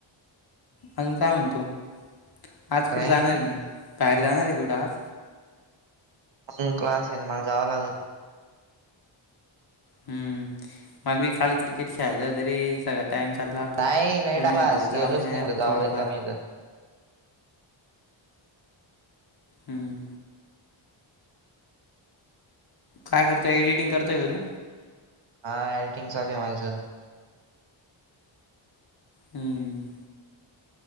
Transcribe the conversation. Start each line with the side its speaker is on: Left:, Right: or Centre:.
Left: अजून काय म्हणतो? आज कुठं
Right: काही
Left: जाणार
Right: नाही
Left: आहे मग? बाहेर जाणार आहे कुठं आज?
Right: ह, मग क्लास आहे ना म, ला जावं लागेल.
Left: हम्म मला बी काल क्रिकेट खेळायचं होत रे सगळ्यात टाईम चालत राहतो
Right: नाही नाही
Left: पण
Right: क्लास
Left: मी म्हटले जाऊदे
Right: गेलोच
Left: यार
Right: नाही म्हटलं जाऊ
Left: थोडंफार
Right: दे कमी येतं.
Left: हम्म काय करतोय एडिटिंग करतोय का तू?
Right: हा एडिटिंग चालेू आहे माझं
Left: हम्म